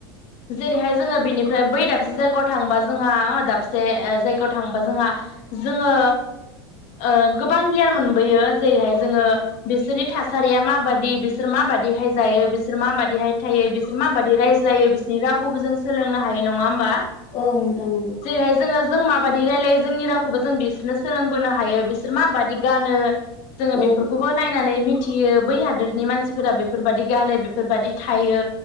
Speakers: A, on the left; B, on the left.
A: जेरैहाय जोङो बेनिफ्राय बै दाब से जायगायाव थांबा जोंहा दाबसे जायगायाव थांबा जोंहा जोङो ओ गोबां गियान मोनबोयो जेरैहाय जोङो बिसोरनि थासारिया माबादि, बिसोर माबादिहाय जायो, बिसोर माबादिहाय थायो, बिसोर माबादि रायज्लायो, बिसोरनि रावखौबो जों सोलोंनो हायो नङा होमबा? जेरैहाय
B: औ नोंथां नंगौ
A: जोङो जों माबादि रायलायो जोंनि रावखौबो जों बिसोरनो सोलोंबोनो हायो बिसोर माबादि गानो जोङो
B: औ
A: बेफोरखौबो नायनानै मिथियो बै हादोरनि मानसि सिफोरा बेफोरबायाददि गानो बेफोरबायदि थायो।